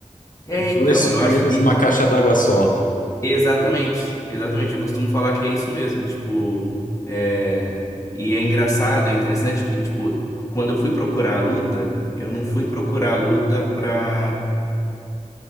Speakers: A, on the left; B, on the left.
A: É,
B: dois
A: então, eu
B: coelhos
A: acho e-
B: numa caixa d'água só.
A: exatamente, exatamente. Eu costumo falar que é isso mesmo, tipo, é, e é engraçado, é interessante que tipo, quando eu fui procurar a luta, eu não fui procurar a luta pra